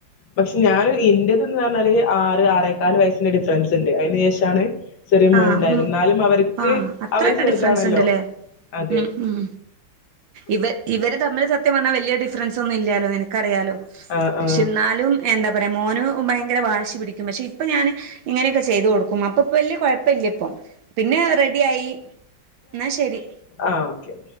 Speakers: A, on the left; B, on the right.
A: പക്ഷേ ഞാൻ ഇന്റത് എന്ന് പറഞ്ഞാല് ആറ് ആറേക്കാല് വയസ്സിന്റെ ഡിഫറൻസ്ണ്ട് അതിന് ശേഷാണ് ചെറിയ മോളുണ്ടായിരുന്നു
B: ആഹ് ഉം
A: ന്നാലും അവർക്ക്
B: ആഹ് അത്രയൊക്കെ
A: അവര് ചെറുതാണല്ലോ
B: ഡിഫറൻസ് ഉണ്ട്ല്ലേ
A: അതെ
B: ഉം ഉം ഇവ ഇവര് തമ്മില് സത്യം പറഞ്ഞാ വലിയ ഡിഫറൻസൊന്നും ഇല്ലാലോ നിനക്കറിയാലോ
A: ആ
B: പക്ഷേ
A: ആ
B: ന്നാലും എന്താ പറയാ മോനും ഭയങ്കര വാശി പിടിക്കും പക്ഷേ ഇപ്പൊ ഞാന് ഇങ്ങനെയൊക്കെ ചെ ചെയ്ത് കൊടുക്കും അപ്പൊ ഇപ്പ വല്ല്യ കുഴപ്പല്ല ഇപ്പൊ പിന്നെ റെഡി ആയി ന്നാ ശരി
A: ആഹ് ഓക്കെ